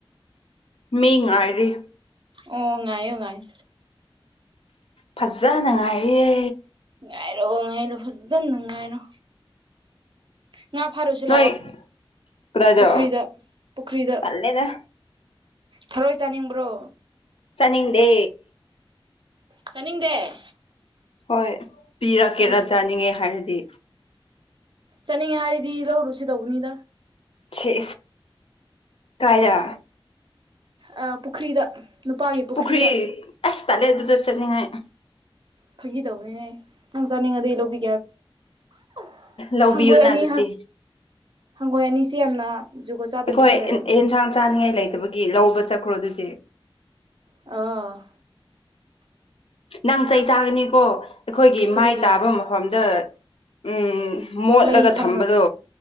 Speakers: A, on the left (about 85°); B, on the right (about 55°).
A: ꯃꯤꯡ ꯉꯥꯏꯔꯤ
B: ꯑꯣ ꯉꯥꯏꯌꯣ ꯉꯥꯏꯌꯣ
A: ꯐꯥꯖꯥꯅ ꯉꯥꯏꯔꯤꯌꯦ
B: ꯉꯥꯏꯔꯣ ꯉꯥꯏꯔꯣ ꯐꯖꯥꯅ ꯉꯥꯏꯔꯣ ꯉꯥ ꯐꯥꯔꯨꯁꯤ
A: ꯅꯣꯏ
B: ꯂꯥꯛꯑꯣ
A: ꯀꯗꯥꯏꯗ
B: ꯄꯨꯈ꯭ꯔꯤꯗ ꯄꯨꯈ꯭ꯔꯤꯗ
A: ꯇꯜꯂꯦꯗ
B: ꯊꯔꯣꯏ ꯆꯥꯅꯤꯡꯕ꯭ꯔꯣ
A: ꯆꯅꯤꯡꯗꯦ
B: ꯆꯥꯅꯤꯡꯗꯦ
A: ꯍꯣꯏ ꯄꯤꯔꯛꯀꯦꯔꯥ
B: ꯀꯔꯤ
A: ꯆꯥꯅꯤꯡꯉꯦ ꯍꯥꯏꯔꯗꯤ
B: ꯆꯥꯅꯤꯡꯉꯦ ꯍꯥꯏꯔꯗꯤ ꯂꯧꯔꯨꯁꯤ ꯇꯧꯕꯅꯤꯗ
A: ꯈꯦ ꯀꯥꯏꯗ
B: ꯑꯥ ꯄꯨꯈ꯭ꯔꯤꯗ ꯅꯨꯄꯥꯒꯤ ꯄꯨꯈ꯭ꯔꯤꯗ
A: ꯄꯨꯈ꯭ꯔꯤ ꯑꯁ ꯇꯠꯂꯦ ꯑꯗꯨꯗ ꯆꯠꯅꯤꯡꯉꯥꯏ
B: ꯐꯥꯒꯤꯇꯧꯕꯅꯦ ꯅꯪ ꯆꯥꯅꯤꯡꯉꯗꯤ ꯑꯩ ꯂꯧꯕꯤ <unintelligible>
A: ꯂꯧꯕꯤꯌꯣꯅ
B: ꯍꯪꯒꯣꯏ ꯑꯅꯤ
A: ꯑꯗꯨꯗꯤ
B: ꯍꯪꯒꯣꯏ ꯑꯅꯤꯁꯦ ꯌꯥꯝꯅ ꯖꯨꯒꯣꯠ ꯆꯥꯗꯕꯤꯗ
A: ꯑꯩꯈꯣꯏ
B: ꯂꯩꯔꯝꯃꯤ
A: ꯑꯦꯟꯁꯥꯡ ꯆꯥꯅꯤꯡꯉꯥꯏ ꯂꯩꯇꯕꯒꯤ ꯂꯧꯕ ꯆꯠꯈ꯭ꯔꯣ ꯑꯗꯨꯗꯤ
B: ꯑꯣ
A: ꯅꯪ ꯆꯩ ꯆꯥꯒꯅꯤꯀꯣ ꯑꯩꯈꯣꯏꯒꯤ
B: ꯀꯔꯤꯒꯤꯔꯣ
A: ꯃꯥꯏ ꯇꯥꯕ ꯃꯐꯝꯗ ꯎꯝ ꯃꯣꯠꯂꯒ
B: ꯂꯩ ꯊꯝꯕ꯭ꯔꯣ
A: ꯊꯝꯕꯗꯣ